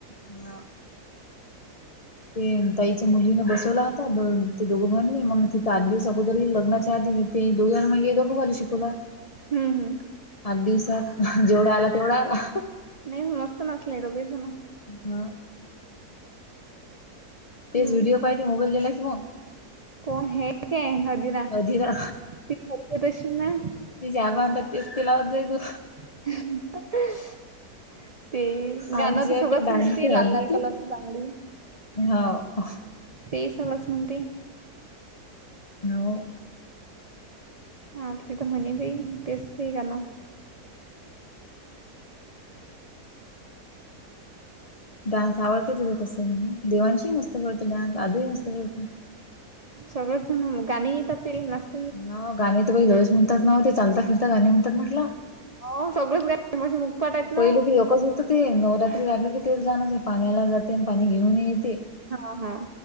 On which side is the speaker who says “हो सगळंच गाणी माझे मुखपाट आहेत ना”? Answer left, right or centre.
Right